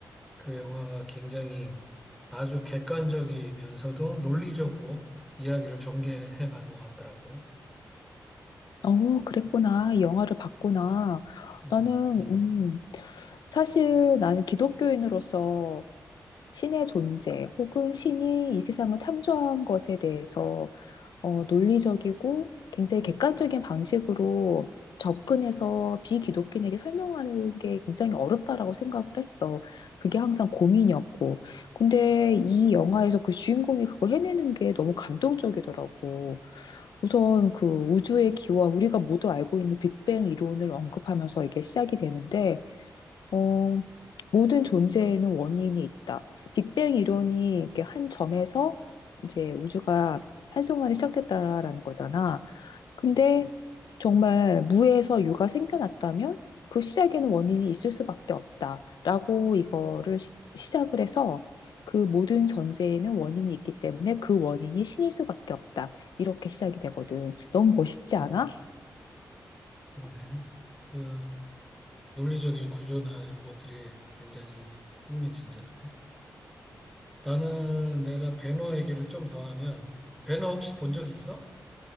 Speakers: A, in the centre; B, on the left.
A: 그 영화가 굉장히 아주 객관적이면서도 논리적으로 이야기를 전개해 가는 것 같더라고.
B: 어, 그랬구나. 이 영화를 봤구나.
A: 음,
B: 나는,
A: 음,
B: 음, 사실 나는 기독교인으로서 신의 존재 혹은 신이 이 세상을 창조한 것에 대해서 어, 논리적이고 굉장히 객관적인 방식으로 접근해서 비기독교인에게 설명하는 게 굉장히 어렵다라고 생각을 했어. 그게 항상 고민이었고. 근데 이 영화에서 그 주인공이 그걸 해내는 게 너무 감동적이더라고. 우선 그 우주의 기원, 우리가 모두 알고 있는 빅뱅 이론을 언급하면서 이게 시작이 되는데 어, 모든 존재에는 원인이 있다. 빅뱅 이론이 이렇게 한 점에서 이제 우주가 한순간에 시작됐다라는 거잖아. 근데 정말 무에서 유가 생겨났다면 그 시작에는 원인이 있을 수밖에 없다라고 이거를 시, 시작을 해서 그 모든 존재에는 원인이 있기 때문에 그 원인이 신일 수밖에 없다. 이렇게 시작이 되거든. 너무 멋있지 않아?
A: 음, 그러네. 그 논리적인 구조나 이런 것들이 굉장히 흥미진진하네. 나는 내가 배너 얘기를 좀 더 하면 배너 혹시 본 적 있어?